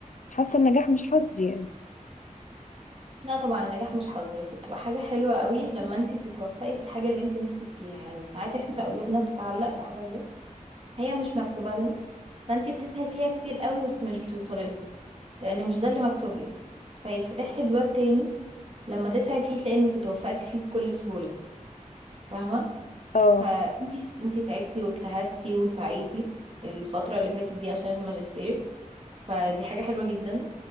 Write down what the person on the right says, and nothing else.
لا طبعا النجاح مش حظ بس بتبقى حاجة حلوة قوي لما انت بتتوفقي في الحاجة اللي انت نفسك فيها يعني ساعات احنا قلوبنا بتتعلق بحاجة هي مش مكتوبة لنا فانت بتسعي فيها كتير قوي بس مش بتوصلي لها لان مش ده اللي مكتوب لك فيتفتح لك باب تاني لما تسعي فيه تلاقي انك اتوفقتي فيه بكل سهولة فاهمة
فانتي انتي تعبتي واجتهدتي وسعيتي الفترة اللي فاتت دي عشان الماجستير فدي حاجة حلوة جدا